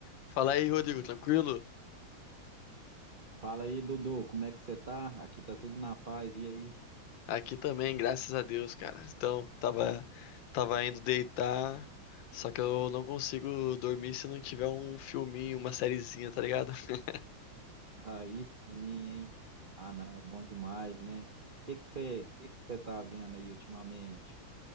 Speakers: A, on the left (about 70°); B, on the right (about 40°).
A: Fala aí, Rodrigo, tranquilo?
B: Fala aí, Dudu, como é que você tá? Aqui tá tudo na paz, e aí?
A: Aqui também, graças a Deus, cara. Então, tava, tava indo deitar, só que eu não consigo dormir se não tiver um filminho, uma sériezinha, tá ligado? <laughs>
B: Aí sim, hein? Ah, não, é bom demais, né? O que que você, que que você tá vendo aí ultimamente?